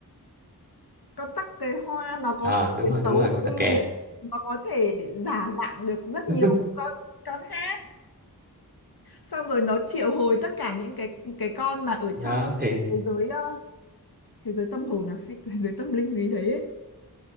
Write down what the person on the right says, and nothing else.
ờ
đúng
rồi đúng
rồi con
tắc kè
<laughs>
đó thì